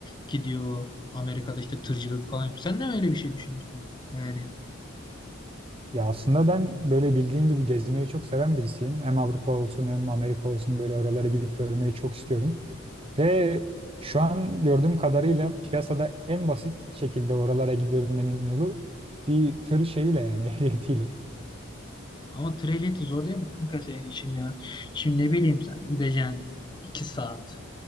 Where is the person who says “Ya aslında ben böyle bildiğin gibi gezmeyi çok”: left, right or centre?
Right